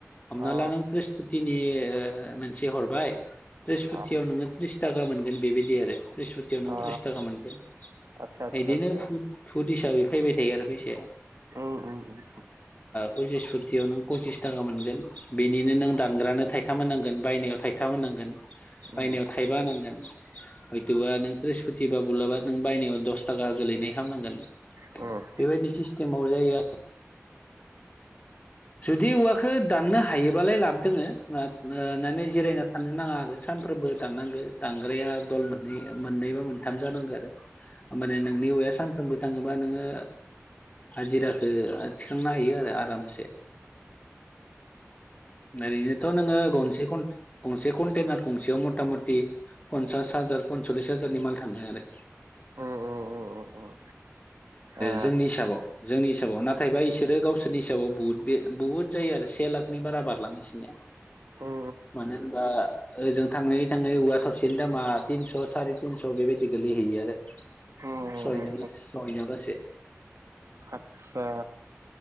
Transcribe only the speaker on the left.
हमना
ला नों त्रिसपुटिनि मोनसे हरबाय त्रिसपुटियाव
नोङो त्रिस थ्रिस थाखा मोनगोन बेबायदि आरो त्रिस फुटियाव नों
त्रिस थाखा मोनगोन
बिदिनो
भुट हिसाबै फैबाय थायो आरो फैसाया।
पसिस फुटियाव नों फसिस थाखा मोनगोन। बिनिनो नों दानग्रानो थाइथाम होनांगोन बायनायाव थाइथाम होनांगोन।
बायनायाव
थाइबा होनांगोन हयथ'बा नों ब्रिसपुथि बा बुलाबा नों बायनायाव दस थाखा गोलैनाय खालामनांगोन।
बेबायदि सिस्टेमाव जायो। जुदि औवाखौ दाननो हायोबालाय लाब दोङो माने जिरायना थानो नाङा आरो सानफ्रोमबो दाननांगो दानग्राया दल मोननै मोननै बा मोनथाम जानांगौ आरो। होमबानिया नोंनि औवाया। फोरोंबो थाङोबा नोङो हाजिराखौ थिखांनो हायो आरो आरामसे ओरैनोथ' नोङो गंसे खन गंसे कन्टेनार गंसेयाव मथा मथि पन्सास हाजार पनस'लिस हाजारनि माल थाङो आरो
जोंनि हिसाबाव जोंनि हिसाबाव नाथायबा बिसोरो गावसोरनि हिसाबाव बुहुद बे बुहुद जायो आरो से लाखनि बारा बारलाङो इसिनिया
मानो होनबा ओजों थाङै थाङै औवा थसेनि दामा तिनस' साराय तिनस' बेबायदि गोलैहैयो आरो
सहैनायावलास
सहैनायावलासे